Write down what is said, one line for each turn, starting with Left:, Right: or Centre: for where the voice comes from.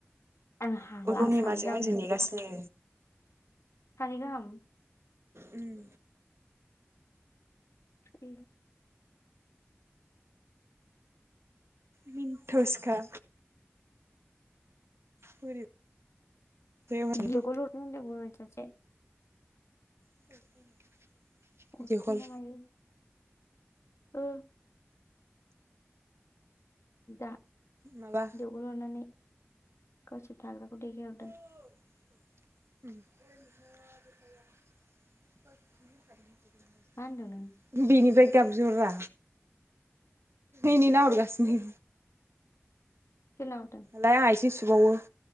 Left: आं हाला
Right: <unintelligible>
Left: सानै
Right: आंजो
Left: गाहामनिफ्राय
Right: नेगासिनो
Left: खारिगाम
Right: उम
Left: <unintelligible>
Right: मिनथावसोखा। बोरैबासो माने
Left: दिनलिअ ग'रद उंदोंमोन सासे
Right: <inaudible>
Left: खफसिनना
Right: भिडिअ' कल
Left: हायो। ओ। दा
Right: माबा
Left: बलहरनानै गावसोर थाग्राखौ देखायहरदों।
Right: उम। <inaudible>
Left: मा होनदों नों?
Right: बेनिफ्राय गाबजिहररा इनि नाहरगासिनो।
Left: खेलावदों।
Right: लाय आइसि सुबावो